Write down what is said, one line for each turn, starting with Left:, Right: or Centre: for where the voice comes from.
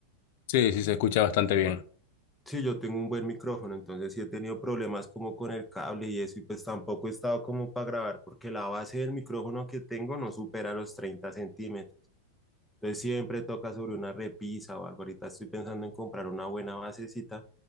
Left: Sí, sí, se escucha bastante bien.
Centre: Sí, yo tengo un buen micrófono, entonces sí he tenido problemas como con el cable y eso, y pues tampoco he estado como para grabar, porque la base del micrófono que tengo no supera los 30 centímetros. Entonces siempre toca sobre una repisa o algo. Ahorita estoy pensando en comprar una buena basecita